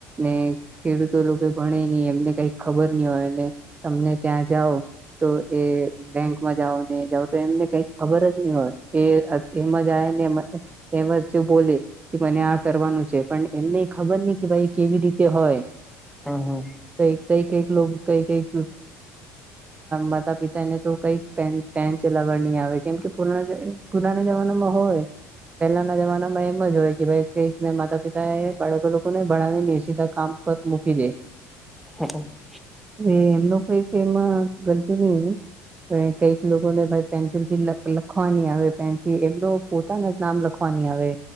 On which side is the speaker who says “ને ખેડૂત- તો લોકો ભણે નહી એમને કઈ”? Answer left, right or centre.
Right